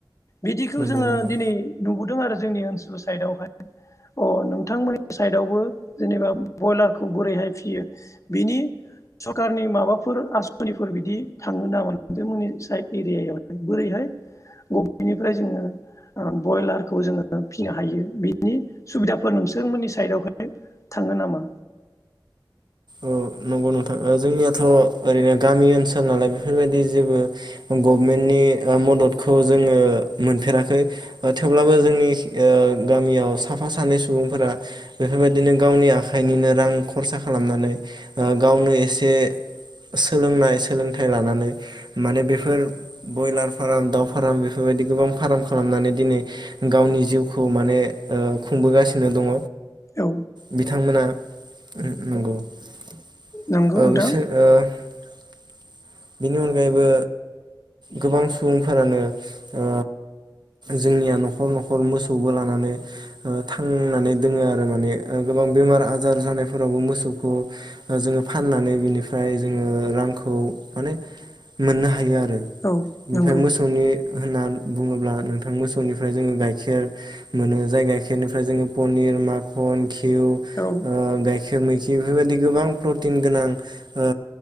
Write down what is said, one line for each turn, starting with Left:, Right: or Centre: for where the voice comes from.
Left: बिदिखौ
Right: नंगौ
Left: जोङो
Right: नंगौ
Left: दिनै नुबोदों आरो जोंनि ओनसोल साइडआवहाय अ नोंथांमोननि साइडआवबो जेनेबा बयलारखौ बोरैहाय फियो बिनि सरखारनि माबाफोर आसनिफोर बिदि थाङो नामा नोंथांमोननि साइद एरियायाव बोरैहाय गभेनिफ्राय जोङो ब्रयलारखौ जोङो फिनो हायो बिनि सुबिदाफोर नोंसोरमोननि साइदआवहाय थाङो नामा?
Right: ओ नंगौ नोंथां ओ जोंनियाथ ओरैनो गामि ओनसोल नालाय बेफोरबायदि जेबो गभमेन्टनि ओ मददखौ जोङो मोनफेराखै ओ थेवब्लाबो जोंनि ओ गामियाव साफा सानै सुबुंफोरा बेफोरबायदिनो गावनि आखाइनिनो रां खरसा खालामनानै गावनो एसे सोलोंनाय सोलोंथाइ लानानै माने बेफोर बयलार फार्म दाव फार्म बेफोरबायदि गोबां फार्म खालामनानै दिनै गावनि जिउखौ माने ओ खुंबोगासिनो दङ
Left: औ
Right: बिथांमोना <inaudible> <unintelligible>
Left: नंगौ नोंथां
Right: बेनि अनगायैबो गोबां सुबुंफोरानो ओ जोंनिया न'खर न'खर मोसौबो लानानै ओ थांनानै दोङो आरो माने गोबां बेमार आजार जानायफोरावबो मोसौखौ जोङो फाननानै बिनिफ्राय जोङो रांखौ माने मोननो हायो आरो।
Left: औ
Right: बेओमफ्राय
Left: नंगौ
Right: मोसौनि होनना बुङोब्ला नोंथां मोसौनिफ्राय जोङो गाइखेर मोनो जाय गाइखेरनिफ्राय जोङो पनिर माखन घिउ
Left: औ
Right: ओ गाइ खिर मैखिफोरबायदि गोबां प्रटि प्रटिन गोनां ओ